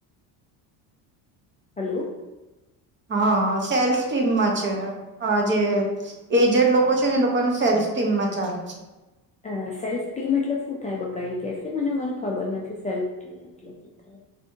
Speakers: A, on the left; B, on the right.
A: હલો!
B: હા સેલ્ફ ટીમમાં છે આ જે એજડ લોકો છે ને એ લોકોને સેલ્ફ ટીમમાં ચાલે છે.
A: અ સેલ્ફ ટીમ એટલે શું થાય બકાઈ કે મને મને ખબર નથી, સેલ્ફ ટીમ એટલે શું થાય?